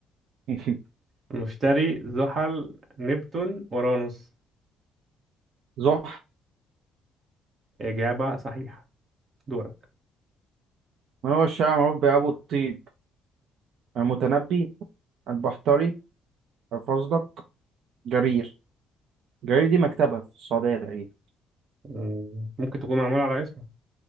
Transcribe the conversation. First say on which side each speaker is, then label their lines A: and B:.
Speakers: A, on the right; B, on the right.
A: <laughs>
B: <laughs> مشتري زحل نبتون أورانوس
A: زحل
B: إجابة صحيحة دورك
A: من هو الشاعر معروف بأبو الطيب المتنبي البحتري الفزلق جرير جرير دي مكتبة في السعودية تقريبا
B: مم. ممكن تكون معمولة على اسمه